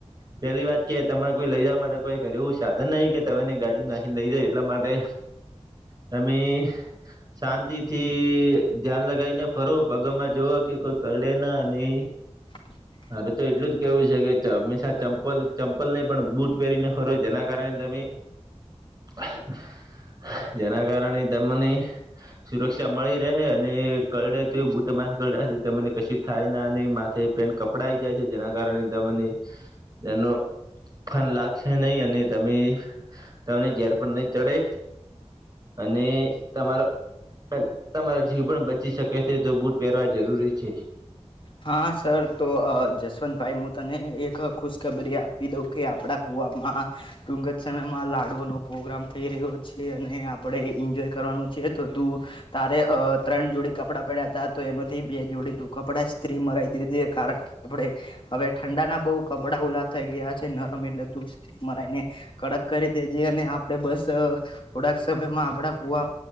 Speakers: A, on the right; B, on the left.
A: પેલી વાત કે તમારે કોઈ લઈ જવા માટે કોઈ ઘરે એવું સાધન નહી કે તમેને ગાડી નાખીને લઈ જાય એટલા માટે તમે શાંતિ થી ધ્યાન લગાવીને ફરો પગામાં જો કે કોઈ કરડે ના નહી
B: <unintelligible>
A: મારે તો એટલું જ કેવું છે કે ચ હંમેશા ચંપલ ચંપલ નહીં પણ બુટ પહેરીને ફરો જેના કારણે તમે <inaudible> જેના કારણે ત મને સુરક્ષા મળી રહે અને કરડે તોય બુટ માથે કડે મને કશી થાય ના અને માથે પેન્ટ ક પપડાઈ જાય છે જેના કારણે તમને એનો ફન લાગશે નહી અને તમે તમને ઝેર પણ નહી ચડે અને તમારો તમારા જીવ પણ બચી શકે છે તો બુટ પહેરવા જરૂરી છે.
B: હા સર તો અ જસવંતભાઈ હું તને એક ખુશખબરી આપી દઉં કે આપડા કુવામાં ટુંક જ સમયમાં લાડુનો પ્રોગ્રામ થઈ રહ્યો છે અને આપણે એન્જોય કરવાનું છે તો તું તારે અ ત્રણ જોડી કપડાં પડ્યા હતા તો એમાંથી બે જોડી તું કપડા જ સ્ત્રી મરાઈ દીધી કારણ કે આપણે હવે ઠંડાના બહુ કપડાં ઉલા થઈ ગયા છે નરમ એટલે દૂધ સ્ત્રી મરાયને કડક કરી દેજે અને આપડે બસ થોડાક સમયમાં આપડા કુવા